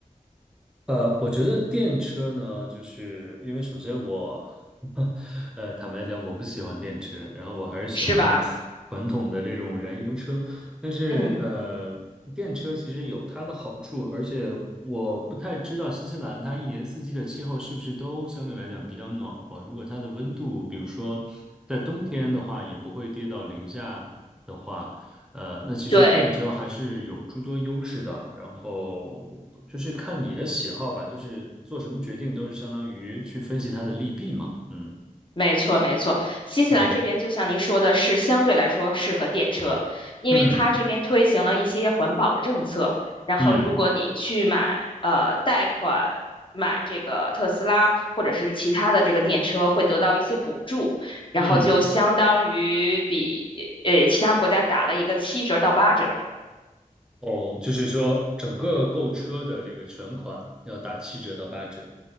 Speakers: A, in the centre; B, on the left.
A: 呃，我觉得电车呢，就是因为首先我，<laughs> 呃，坦白讲，我不喜欢电车，然后我还是喜欢那种传传统的这种燃油车，
B: 是吧？
A: 但是呃，
B: 嗯，
A: 电车其实有它的好处，而且我不太知道新西兰它一年四季的气候是不是都相对来讲比较暖和，如果它的温度，比如说在冬天的话，也不会跌到零下。的话，呃，那其实电车还是有诸多优势的，
B: 对。
A: 然后就是看你的喜好吧，就是做什么决定都是相当于去分析它的利弊嘛。嗯
B: 没错，没错。新西兰这边就像您说的，
A: 嗯
B: 是相对来说适合电车，因为它这边推行了一些环保的政策。
A: 嗯
B: 然后，
A: 嗯
B: 如果你去买呃贷款买这个特斯拉或者是其他的这个电车，会得到一些补助，然后就相当于比呃其他国家打了一个七折到八折。
A: 嗯，哦，就是说整个购车的这个全款要打七折到八折。